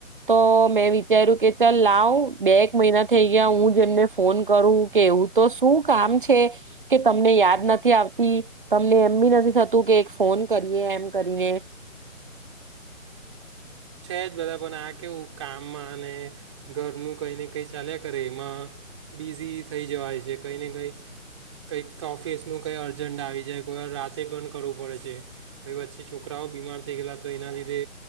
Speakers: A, on the right; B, on the right.
A: તો મેં વિચાર્યું કે ચાલ લાવ બે એક મહિના થઈ ગયા હું જેમને ફોન કરું કે એવું તો શું કામ છે, કે તમને યાદ નથી આવતી. લે એમ બી નથી થતું કે એક ફોન કરીએ એમ કરીએ.
B: લે બધા પણ આ કેવું કામમાં અને ઘરનું કંઈ ને કંઈ ચાલ્યા કરે એમાં બિઝી થઈ જવાય છે કંઈ ને કંઈ કઈક ઓફિસનું કઈ અર જંડ આવી જાય કોઈ વાર રાતે પણ કરવું પડે છે. હવે વચ્ચે છોકરાઓ બીમાર થઈ ગયેલા તો એના લીધે